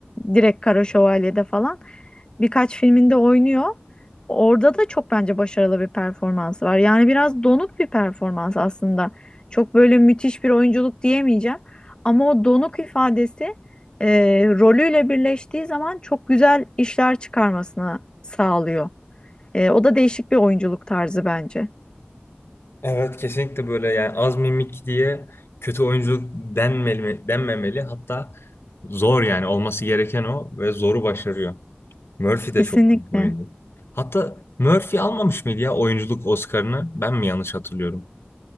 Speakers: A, on the left; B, on the left.
A: direkt Kara Şövalye'de falan birkaç filminde oynuyor. Orada da çok bence başarılı bir performansı var. Yani biraz donuk bir performans aslında. Çok böyle müthiş bir oyunculuk diyemeyeceğim. Ama o donuk ifadesi eee, rolüyle birleştiği zaman çok güzel işler çıkarmasını sağlıyor. Eee, o da değişik bir oyunculuk tarzı bence.
B: evet kesinlikle böyle yani az mimik diye kötü oyunculuk denmeli, denmemeli. Hatta zor yani olması gereken o ve zoru başarıyor. Murphy de
A: Kesinlikle.
B: çok büyük bir oyuncu. Hatta Murphy almamış mıydı ya oyunculuk Oscar'ını? Ben mi yanlış hatırlıyorum?